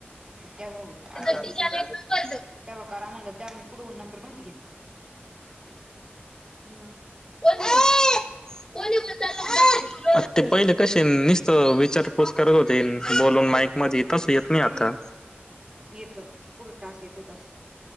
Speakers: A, on the right; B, on the left.
A: <unintelligible>
B: <unintelligible>
A: काही तेव्हा कारा म्हणलं तेव्हा मी पुढन नंबर नव्हती घेत, म.
B: <unintelligible> आ ते पहिले कसे निसत विचारपूस करत होते बोलून माईक मध्ये तस येत नाही आता.
A: येत पुढ टास येतोय तसं.